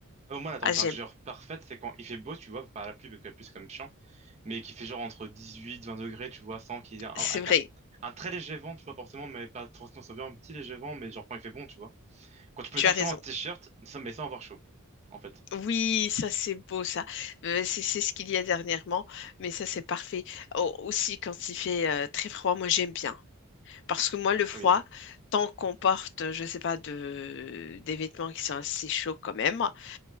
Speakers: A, on the right (about 30°); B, on the left (about 55°).
A: Ah, bon, moi, la température
B: Ah, j'aime.
A: parfaite, c'est quand il fait beau, tu vois, pas à la pluie, parce que la pluie, c'est comme chiant, mais qu'il fait genre entre 18, 20 degrés, tu vois, sans qu'il y ait un,
B: C'est
A: avec
B: vrai,
A: un, un très léger vent, tu vois, forcément, mais pas forcément, ça vient un petit léger vent, mais genre quand il fait bon, tu vois. Quand tu peux
B: tu
A: sortir
B: as raison.
A: en t-shirt, sans- mais sans avoir chaud, en fait.
B: Oui, ça c'est beau, ça. Euh, c'est c'est ce qu'il y a dernièrement, mais ça c'est parfait. Au- aussi, quand il fait euh, très froid, moi j'aime bien. Parce que moi, le froid,
A: Oui.
B: tant qu'on porte, je sais pas, de, des vêtements qui sont assez chauds quand même, euh,